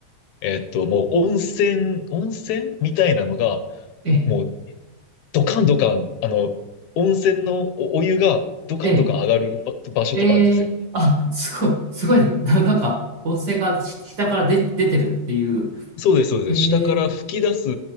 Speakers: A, on the left; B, on the right.
A: えっと、もう温泉、温泉みたいなのが、
B: ええ。
A: もうドカンドカン、あの、温泉のお、お湯がドカンドカン上がるば場所とかあるんですよ。
B: ええ。ええ。あ、<laughs> すごい。すごいですね。な、<laughs> なんか、音声がし下から出、出てるっていう。
A: そうです、そうです。
B: ええ。
A: 下から吹き出す、